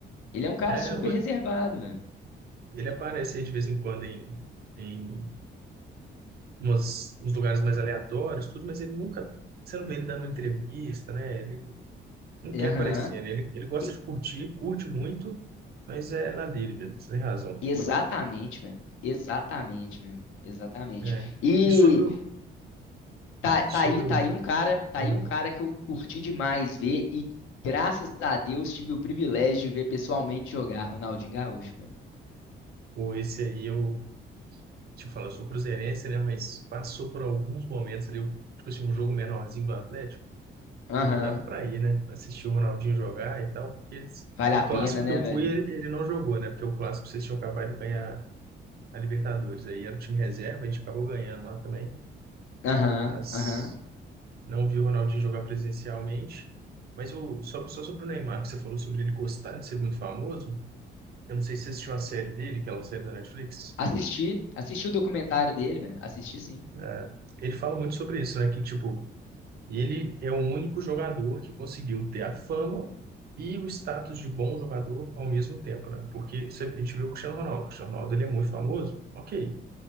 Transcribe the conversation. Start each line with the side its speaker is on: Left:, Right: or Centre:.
Left: Ele é um cara
Right: É,
Left: super
Right: hoje,
Left: reservado, velho.
Right: ele aparece aí de vez em quando em, em umas, uns lugares mais aleatórios, tudo, mas ele nunca. Você não vê ele dando uma entrevista, né? Ele não
Left: Aham.
Right: quer aparecer, né? Ele, ele gosta
Left: E-
Right: de curtir, curte muito, mas é na dele mesmo, você tem razão.
Left: Exatamente, velho. Exatamente, velho. Exatamente.
Right: É.
Left: E
Right: E sobre o.
Left: tá,
Right: Sobre
Left: tá aí, tá
Right: o.
Left: aí um cara, tá
Right: Aham.
Left: aí um cara que eu curti demais ver e graças a Deus tive o privilégio de ver pessoalmente jogar Ronaldinho Gaúcho, velho.
Right: Pô, esse aí eu te falar, eu sou cruzeirense, né? Mas passou por alguns momentos ali, tipo assim, um jogo menorzinho do Atlético,
Left: Aham.
Right: pô, dava pra ir, né? Assistir o Ronaldinho jogar e tal, porque eles-
Left: Vale
Right: o
Left: a
Right: clássico
Left: pena, né,
Right: que eu
Left: velho?
Right: fui, ele, ele não jogou, né? Porque o clássico vocês tinham acabado de ganhar a Libertadores. Aí era o time reserva, a gente acabou ganhando lá também,
Left: Aham,
Right: mas
Left: aham.
Right: não vi o Ronaldinho jogar presencialmente. Mas o, só, só sobre o Neymar, que você falou sobre ele gostar de ser muito famoso, eu não sei se você assistiu a série dele, que é uma série da Netflix.
Left: Assisti, assisti o documentário dele, velho. Assisti sim.
Right: É, ele fala muito sobre isso, né? Que, tipo, E ele é o único jogador que conseguiu ter a fama e o status de bom jogador ao mesmo tempo, né? Porque sempre a gente vê o Cristiano Ronaldo. O Cristiano Ronaldo ele é muito famoso, ok.